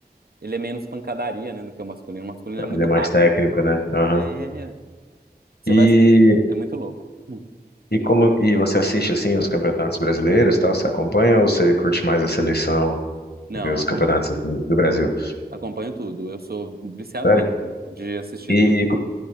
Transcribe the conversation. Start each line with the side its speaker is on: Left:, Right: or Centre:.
Right: Ele é menos pancadaria, né, do que o masculino. O masculino é muito
Left: Ele é mais
Right: rápido.
Left: técnico, né? Aham.
Right: É, você
Left: E,
Right: vai assistir, é muito louco. Hum.
Left: e como e você assiste assim os campeonatos brasileiros, e tal? Você acompanha ou você curte mais a seleção
Right: Não,
Left: e vê os
Right: acom-
Left: campeonatos assim, do Brasil?
Right: acompanho tudo. Eu sou viciado
Left: Sério?
Right: mesmo de assistir
Left: E